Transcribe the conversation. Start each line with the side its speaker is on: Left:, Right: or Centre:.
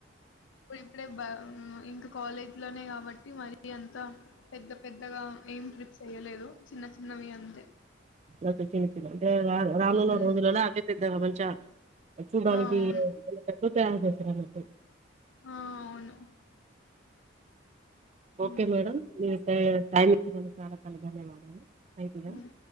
Left: ఇప్పుడు ఇప్పుడే బ, ఇంకా కాలేజ్ లోనే కాబట్టి మరి అంతా పెద్ద పెద్దగా ఏం ట్రిప్స్ ఏయలేదు చిన్న చిన్నవి అంతే
Right: ఓకే చిన్న చిన్నవి అంటే రా రానునా
Left: హ్మ్.
Right: రోజులల అవే <unintelligible> చూడ్డానికి
Left: ఆ! అవును.
Right: <inaudible> <unintelligible>
Left: ఆ అవును హ్మ్.
Right: ఓకే మేడం <unintelligible> టైమ్ ఇచ్చినందుకు చాలా చాలా ధన్యవాదాలు థాంక్యూ మ్యామ్
Left: హ్మ్.